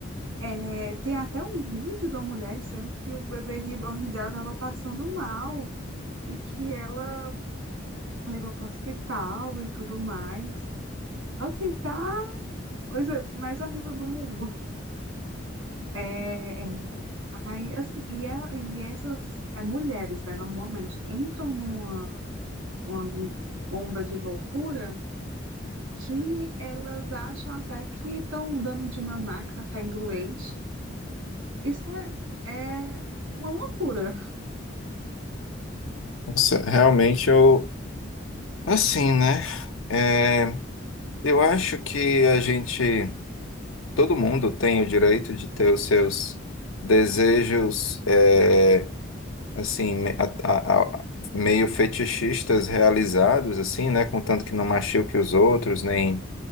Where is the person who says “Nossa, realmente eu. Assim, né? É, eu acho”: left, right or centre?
Left